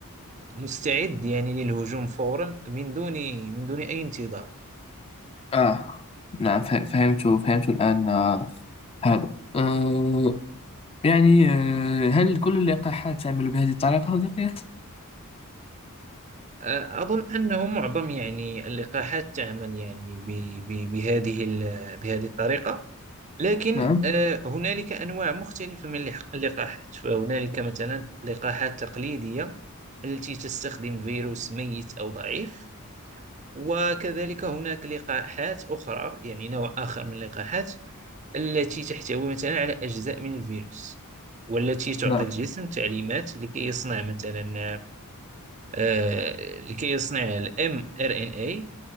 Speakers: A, on the right (about 30°); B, on the left (about 25°).
A: مستعد يعني للهجوم فورا من دون من دون أي انتظار
B: آه نعم فه- فهمت فهمت الآن آه، هذا أه يعني أه هل كل اللقاحات تعمل بهذه الطريقة صديقي ياسين؟
A: أظن أنه معظم يعني اللقاحات تعمل يعني ب ب بهذه ال- بهذه الطريقة لكن
B: نعم
A: آه، هنالك أنواع مختلفة من اللح- اللقاحات فهنالك مثلا لقاحات تقليدية التي تستخدم فيروس ميت أو ضعيف وكذلك هناك لقاحات أخرى يعني نوع آخر من اللقاحات التي تحتوي مثلا على أجزاء من الفيروس والتي تعطي
B: نعم
A: الجسم تعليمات لكي يصنع مثلا آه لكي يصنع ال mRNA